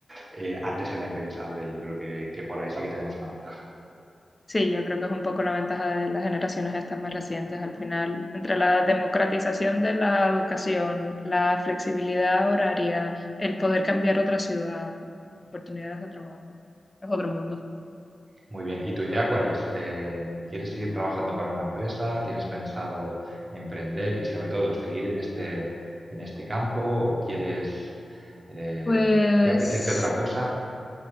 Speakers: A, on the right; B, on the left.
A: eh, antes era impensable. Yo creo que, que por ahí sí que tenemos una ventaja.
B: Sí, yo creo que es un poco la ventaja de las generaciones estas más recientes. Al final, entre la democratización de la educación, la flexibilidad horaria, el poder cambiar otra ciudad, oportunidades de trabajo, es otro mundo.
A: Muy bien, ¿y tu idea cuál es? Eh, ¿quieres seguir trabajando para una empresa? ¿Tienes pensado emprender y sobre todo seguir en este, en este campo? ¿O quieres, eh,
B: Pues
A: te apetece otra cosa?